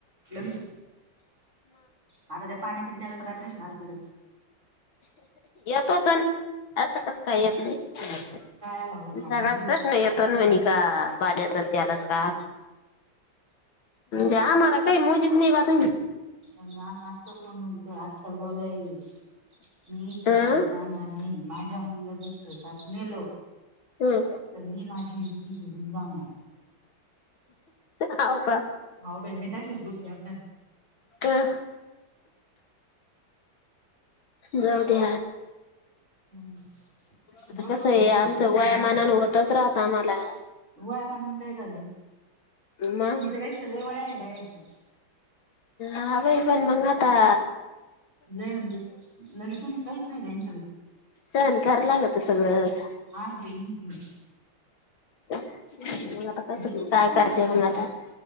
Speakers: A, on the right; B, on the left.
A: ल आता, त्या पाण्याच्या त्यालाचा काय प्रश्न आला तिथं.
B: तोचण. असं कस काही येत नाही,
A: काय आला मला सांगा
B: सगळत
A: ना तुम्ही
B: प्रश्न येत. पण म्हणी का पाऱ्या सध्यालाच का? जा मार काही म जितनी बाात हु.
A: आजकाल को मज <unintelligible> त आजकाल ब मीश
B: अं
A: तर जाणार. माझ्या मुला जर, स्वतात नेल तर
B: हम्म
A: मी माझी मु ह जा ना.
B: ह का?
A: हाई मीठायशीस बुज यार नाही.
B: ह. जाऊ ते.
A: हम्म
B: आता
A: लोक
B: कस
A: म्हणन
B: आहे, आमचं
A: पोरीच्या
B: वयामानान
A: आया
B: होतच राहत आम्हाला.
A: वया म्हणून काय झाले,
B: मग
A: तुमच्या वेक्षा ल वया आहे राहायच्या.
B: आ पण मंगाता.
A: लय म्हणजे, लगेच कायच नाही त्यांच्या ल
B: सन क लागत सगळंच.
A: आर् देनट
B: मग आता, कस
A: तुम्ही
B: काय?
A: फोन
B: करते
A: करता
B: मग
A: का
B: आता.